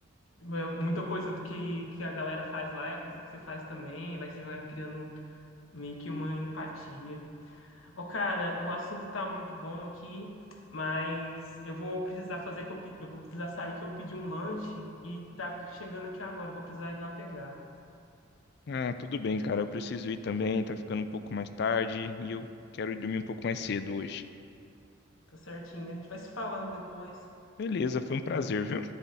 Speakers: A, on the left; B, on the left.
A: é, muita coisa do que, que a galera faz lá, é a coisa que você faz também, vai, você vai criando meio que uma empatia. Ô, cara, o assunto tá muito bom aqui, mas eu vou precisar fazer que eu, pe- eu vou precisar sair que eu pedi um lanche e tá chegando aqui agora, eu vou precisar ir lá pegar.
B: Ah, tudo bem, cara, eu preciso ir também, tá ficando um pouco mais tarde e eu quero ir dormir um pouco mais cedo hoje.
A: Tá certinho, a gente vai se falando depois.
B: Beleza, foi um prazer, viu?